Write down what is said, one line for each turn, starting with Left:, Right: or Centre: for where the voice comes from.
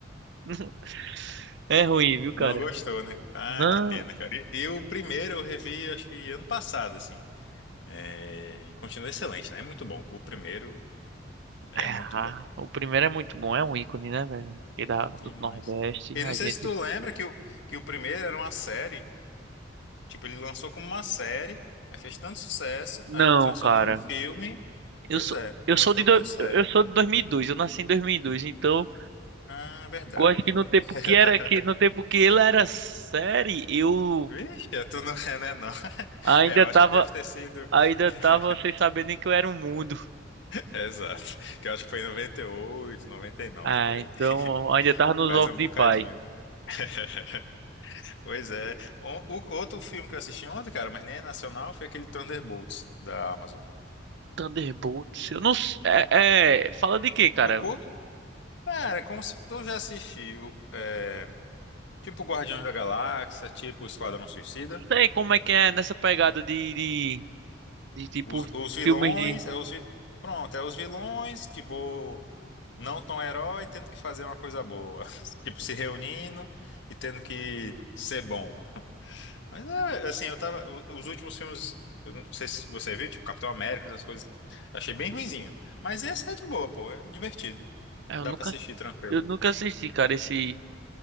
Right: <laughs> é ruim, viu, cara?
Left: Não gostou, né? Ah,
Right: Não.
Left: que pena, cara. E, e o primeiro eu revi, acho que ano passado, assim. É, e continua excelente, né? É muito bom. O primeiro é
Right: é,
Left: muito
Right: Ah,
Left: bom.
Right: o primeiro é muito bom, é um ícone, né, velho? Aqui da, do
Left: Demais.
Right: Nordeste,
Left: E
Right: a
Left: não sei
Right: gente.
Left: se tu lembra que o, que o primeiro era uma série. Tipo, ele lançou como uma série, aí fez tanto sucesso,
Right: Não,
Left: aí transformou
Right: cara.
Left: em filme. Pois
Right: Eu sou,
Left: é,
Right: eu
Left: começou
Right: sou de, do-
Left: como série.
Right: eu sou de 2002, eu nasci em 2002, então
Left: Ah, verdade,
Right: eu acho que
Left: amigo.
Right: no tempo
Left: <laughs>
Right: que era que no tempo que ele era série, eu
Left: Vixe, tu não é, né, não. <laughs>
Right: ainda
Left: É, eu acho
Right: tava
Left: que deve ter sido.
Right: ainda
Left: <laughs>
Right: tava sem saber nem que eu era um mundo.
Left: Exato. Que eu acho que foi em 98, 99
Right: Ah,
Left: por aí.
Right: então
Left: <laughs>
Right: ainda tava nos
Left: Faz
Right: ovos
Left: um
Right: de
Left: bocadinho.
Right: pai.
Left: <laughs> Pois é. O- o- outro filme que eu assisti ontem, cara, mas nem é nacional, foi aquele Thunderbolts da Amazon.
Right: Thunderbolts. Eu não s- é, é- fala de quê, cara?
Left: Tocou?
Right: Não
Left: Cara, é como se tu já assistiu. É, tipo Guardiões da Galáxia, tipo Esquadrão Suicida.
Right: sei como é que é nessa pegada de, de, de, tipo
Left: Os, os vilões,
Right: filmes de.
Left: é os. vi- Pronto, é os vilões, tipo. não tão herói, tendo que fazer uma coisa boa. <laughs> Tipo, se reunindo e tendo que ser bom. Mas é, assim, eu tava. Os últimos filmes, eu não sei se você viu, tipo Capitão América, essas coisas, achei bem ruinzinho. Mas esse é de boa, pô, é divertido.
Right: É, Eu
Left: Dá
Right: nunca,
Left: pra assistir tranquilo.
Right: eu nunca assisti, cara, esse